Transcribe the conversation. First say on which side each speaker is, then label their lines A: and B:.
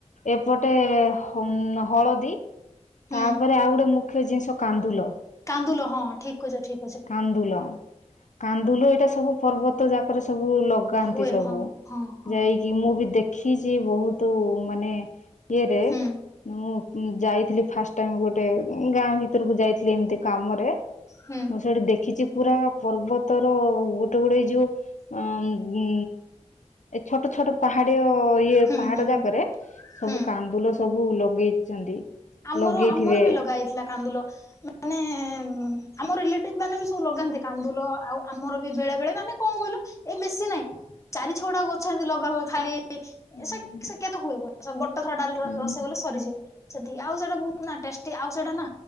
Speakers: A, on the left; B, on the left.
A: ଏପଟେ ହମ୍ ହଳଦୀ। ତାପରେ
B: ହୁଁ
A: ଆଉ ଗୋଟେ ମୁଖ୍ୟ ଜିନିଷ କାନ୍ଦୁଲ।
B: କାନ୍ଦୁଲ ହଁ ଠିକ୍ କହିଛ ଠିକ୍।
A: କାନ୍ଦୁଲ କାନ୍ଦୁଲ ଏଇଟା ସବୁ ପର୍ବତ ଯାକରେ ସବୁ ଲଗ ପକାନ୍ତି
B: ହୁଏ
A: ସବୁ
B: ହଁ ହଁ ହଁ
A: ଯାଇ କି ମୁଁ ବି ଦେଖିଛି ବହୁତ ମାନେ ଇଏରେ
B: ହୁଁ
A: ମୁଁ। ଯାଇଥିଲି ଫାଷ୍ଟ ଟାଇମ ଗୋଟେ ଗାଁ ଭିତରକୁ ଯାଇଥିଲି ଏମିତି କାମରେ।
B: ହୁଁ।
A: ମୁଁ ସେଠି ଦେଖିଛି ପୁରା ପର୍ବତର ଗୋଟେ ଗୋଟେ ଯୋଉ ଉଁ ଉଁ। ଏ ଛୋଟ ଛୋଟ ପାହାଡିଅ ଇଏ
B: ହୁଁ
A: ପାହାଡ
B: ହୁଁ ହୁଁ
A: ଯାକରେ ସବୁ
B: ହୁଁ
A: କାନ୍ଦୁଲ ସବୁ ଲଗେଇଛନ୍ତି।
B: ଆମର
A: ଲଗେଇଥିବେ।
B: ଆମର ବି ଲଗା ହେଇଥିଲା କାନ୍ଦୁଲ ମାନେ ହୁଁ ଆମ ରିଲେଟିଭ ମାନେ ବି ସବୁ ଲଗାନ୍ତି କାନ୍ଦୁଲ, ଆଉ ଆମର ବି ବେଳେ ବେଳେ ମାନେ କଣ କହିଲ? ଏ ବେଶୀ ନାହିଁ ଚାରି ଛଅଟା ଗଛ ଏମିତି ଲଗା ହୁଏ ଖାଲି
A: ହୁଁ।
B: ସେ କେତ ହୁଏ କ ଗୋଟ ଥର ଡାଲ
A: ହୁଁ
B: ରୋଷେଇ କଲେ ସରିଯିବ, ସେତିକି ଆଉ ସେଟା ବହୁତ ନା ଟେଷ୍ଟୀ ଆଉ ସେଇଟା ନା